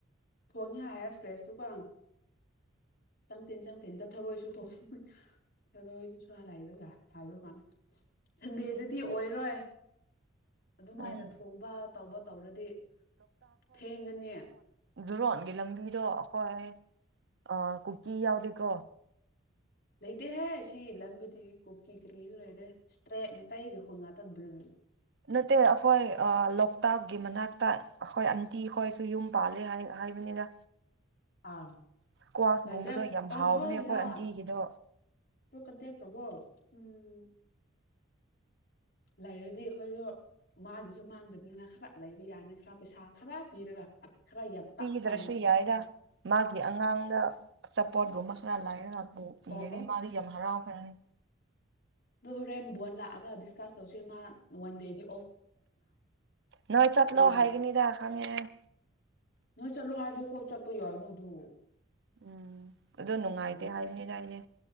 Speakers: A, on the left; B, on the right.
A: ꯊꯣꯡꯉꯦ ꯍꯥꯏꯔꯦ ꯐ꯭ꯔꯦꯁꯇꯨꯀꯣ ꯆꯪ ꯇꯤꯟ ꯆꯪ ꯇꯤꯟꯗ ꯊꯔꯣꯏꯁꯨ ꯊꯣꯡꯉ ꯊꯧꯔꯣꯏꯁꯨ ꯑꯔꯥꯢꯕꯒ ꯍꯥꯢꯕ ꯃ ꯁꯟꯗꯦꯗꯗꯤ ꯑꯣꯏꯔꯣꯏ ꯑꯗꯨꯃꯥꯏꯅ
B: ꯎꯝ
A: ꯊꯣꯡꯕ ꯇꯧꯕ ꯇꯧꯔꯗꯤ ꯊꯦꯡꯒꯅꯤ
B: ꯖꯨꯔꯣꯟꯒꯤ ꯂꯝꯕꯤꯗꯣ ꯑꯩꯈꯣꯏ ꯑ ꯀꯨꯀꯤ ꯌꯥꯎꯗꯦꯀꯣ
A: ꯂꯩꯇꯦꯍꯦ ꯁꯤ ꯂꯝꯕꯤꯗꯤ ꯀꯨꯀꯤ ꯀꯔꯤꯁꯨ ꯂꯩꯇꯦ ꯏꯁꯇ꯭ꯔꯦꯠ ꯃꯩꯇꯩꯒꯤ ꯈꯨꯜ ꯉꯥꯛꯇ ꯕꯂꯨ
B: ꯅꯠꯇꯦ ꯑꯩꯈꯣꯏ ꯑ ꯂꯣꯛꯇꯥꯛꯀꯤ ꯃꯅꯥꯛꯇ ꯑꯩꯈꯣꯏ ꯑꯟꯇꯤ ꯈꯣꯏꯁꯨ ꯌꯨꯝ ꯄꯥꯂꯦ ꯍꯥꯏ ꯍꯥꯏꯕꯅꯤꯗ
A: ꯑꯥ
B: ꯏꯁꯀ꯭ꯋꯥꯁꯒꯨꯝꯕꯗꯣ
A: ꯑꯗ
B: ꯌꯥꯝ
A: ꯑꯣ
B: ꯍꯥꯎꯕꯅꯦ
A: ꯍꯣ
B: ꯑꯩꯈꯣꯏ
A: ꯌꯥ
B: ꯑꯟꯇꯤꯒꯤꯗꯣ
A: ꯗꯨ ꯀꯟꯇꯦꯛ ꯇꯧꯑꯣ ꯎꯝ ꯂꯩꯔꯗꯤ ꯑꯩꯈꯣꯏꯗꯣ ꯃꯥꯒꯤꯁꯨ ꯃꯥꯡꯗꯅꯤꯅ ꯈꯔ ꯂꯩꯕ ꯌꯥꯅꯤ ꯈꯔ ꯄꯩꯁꯥ ꯈꯔ ꯄꯤꯔꯒ ꯈꯔ ꯌꯥꯝ ꯇꯞ
B: ꯄꯤꯗ꯭ꯔꯁꯨ
A: ꯇꯞꯅ ꯏꯁꯀ꯭ꯋꯥꯁꯇ
B: ꯌꯥꯏꯗ ꯃꯥꯒꯤ ꯑꯉꯥꯡꯗ ꯑꯆꯥꯄꯣꯠꯒꯨꯝꯕ ꯈꯔ ꯂꯥꯏꯔꯒꯄꯨ ꯄꯤꯔꯔꯤ
A: ꯑꯣ
B: ꯃꯥꯗꯤ ꯌꯥꯝ ꯍꯔꯥꯎꯈ꯭ꯔꯅꯤ
A: ꯗꯣ ꯍꯣꯔꯦꯟ ꯕꯣꯟ ꯂꯥꯛꯑꯒ ꯗꯤꯁ ꯀꯥꯁꯟ ꯇꯧꯁꯦ ꯃꯥ ꯋꯥꯟ ꯗꯦꯒꯤ
B: ꯅꯣꯏ ꯆꯠ ꯂꯣ
A: ꯉꯥ
B: ꯍꯥꯏꯒꯅꯤꯗ ꯈꯡꯉꯦ ꯑꯩ
A: ꯅꯣꯏ ꯆꯠꯂꯣ ꯍꯥꯏꯔꯗꯤ ꯀꯣꯛ ꯆꯠꯄ ꯌꯥꯏꯅ ꯑꯗꯨ
B: ꯎꯝ ꯑꯗꯨ ꯅꯨꯡꯉꯥꯏꯇꯦ
A: ꯎꯝ
B: ꯍꯥꯏꯕꯅꯤꯗ ꯑꯩꯗꯤ